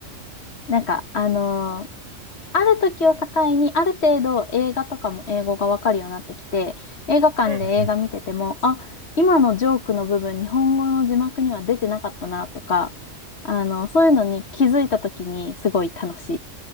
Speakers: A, on the left; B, on the right.
A: なんか、あのある時を境に、ある程度映画とかも英語がわかるようになってきて、映画館で映画見てても、
B: にうん、うん。に。
A: あ、今のジョークの部分、日本語の字幕には出てなかったなとか、あの、そういうのに気づいた時にすごい楽し